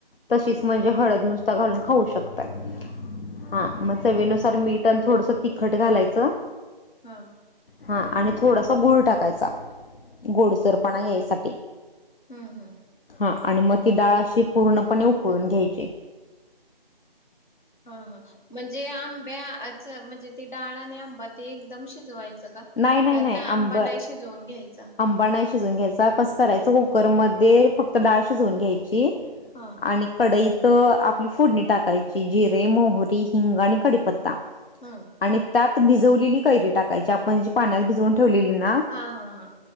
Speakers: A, on the left; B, on the left.
A: तशीच म्हणजे हळद नुसता घारून. खाऊ शकता हा मग चवीनुसार मीठ आणि थोडंस ति खट घालायचं
B: हा
A: हां आणि थोडासा गूळ टाकायचा. गोडसरपणा यायसाठी
B: हम्म हम्म
A: हा आणि मग ती डाळ अशी पूर्णपणे उकळून घ्यायचे.
B: हा हा म्हणजे आंब्याच म्हणजे ते डाळ आणि आंबा ते एकदम शिजवाय च का?
A: नाही नाही
B: ह्यात
A: नाही
B: आंबा
A: आंब
B: नाही शिजवून घ्यायच
A: आंबा नाही शिजवून घ्यायचा कसं करायचं कुकरमध्ये फक्त डाळ शिजवून घ्यायची.
B: हा
A: आणि कडई त आपली फोडणी टाकायची. जिरे, मोहरी, हिंग आणि कढीपत्ता
B: हम्
A: आणि त्यात भिजवलेली कैरी टाकायची आपण जी पाण्यात भिजवून ठेवलेली ना.
B: हा हा हा